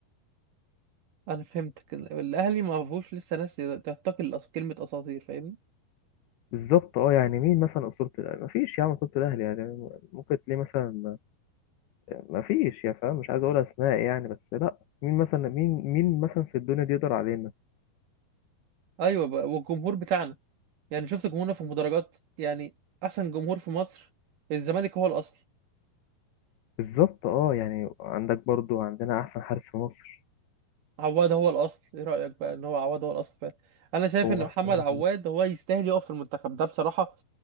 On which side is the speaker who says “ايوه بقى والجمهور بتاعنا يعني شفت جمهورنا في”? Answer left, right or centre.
Right